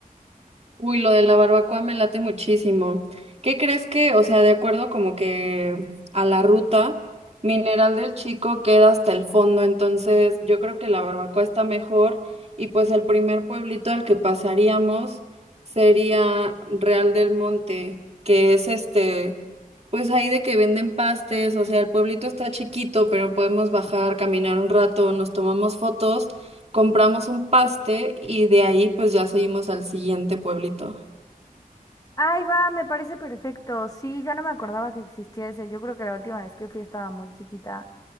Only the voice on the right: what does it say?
Uy, lo de la barbacoa me late muchísimo. ¿Qué crees que, o sea, de acuerdo como que a la ruta, Mineral del Chico queda hasta el fondo, entonces yo creo que la barbacoa está mejor y pues el primer pueblito al que pasaríamos sería Real del Monte, que es este, pues ahí de que venden pastes, o sea, el pueblito está chiquito, pero podemos bajar, caminar un rato, nos tomamos fotos compramos un paste y de ahí pues ya seguimos al siguiente pueblito.